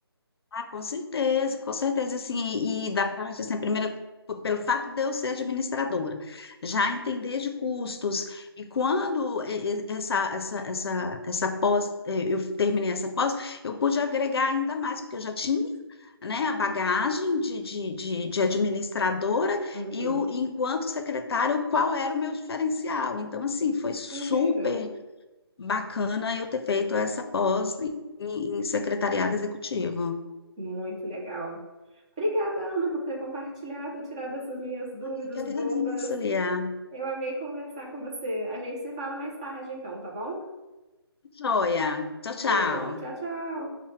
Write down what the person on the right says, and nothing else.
Uhum.
Incrível,
muito legal. Obrigada, Ana, por ter compartilhado, tirado essas minhas dúvidas
bobas.
Eu amei conversar com você. A gente se fala mais tarde, então, tá bom?
Beleza. Tchau, tchau.